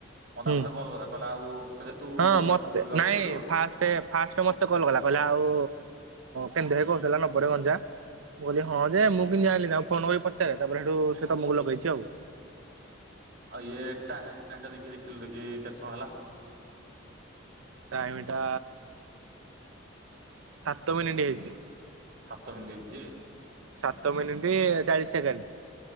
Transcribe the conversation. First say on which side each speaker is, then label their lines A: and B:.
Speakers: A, on the right; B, on the right.
A: ମତେ
B: ହୁଁ
A: ଆଉ ଥରେ କଲ୍ କଲା କହିଲା ଆଉ କହିଲା ତୁ
B: ହଁ
A: ଗଞ୍ଜା
B: ମତେ
A: ନବୁ ବୋଲି ବା
B: ନାଇଁ
A: କହୁଥିଲୁ।
B: ଫାଷ୍ଟ ଫାଷ୍ଟ ମତେ କଲ କଲା। କହିଲେ ଆଉ କେମିତି ଭାଇ କହୁଥିଲେ ନବବୋଲି ଗଞ୍ଜା। ମୁଁ କହିଲି ହଁ ଯେ ମୁଁ କିମତି ଜାଣିଲି ତାକୁ ଫୋନ କରି ପଚାରେ ତାପରେ ସେଠୁ ସେ ତମକୁ ଲଗେଇଛି ଆଉ।
A: ଆଉ ଇଏ ଟା ଟାଇମ୍ ଟା ଦେଖି ଦେଖିଲୁ ଦେଖି କେତେ ସମୟ ହେଲା।
B: ଟାଇମଟା ସାତ ମିନିଟ ହେଇଚି।
A: ସାତ ମିନିଟି ହେଇଚି।
B: ସାତମିନିଟ ଚାଳିଶ ସେକେଣ୍ଡ।